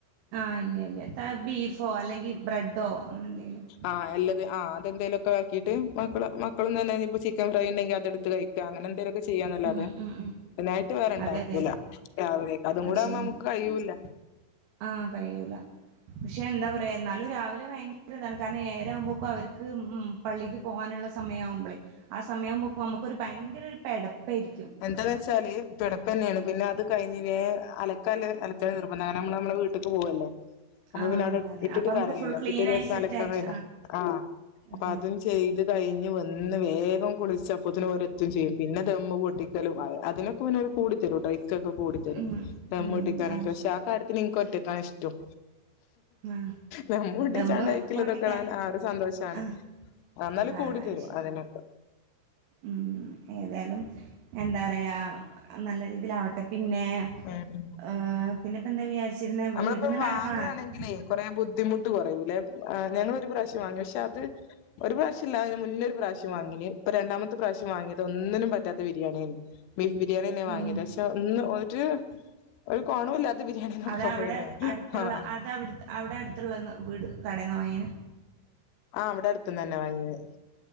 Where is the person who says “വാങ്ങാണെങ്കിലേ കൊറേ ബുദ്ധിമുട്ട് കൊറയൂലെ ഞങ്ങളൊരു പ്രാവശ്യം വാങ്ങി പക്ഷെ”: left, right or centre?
Left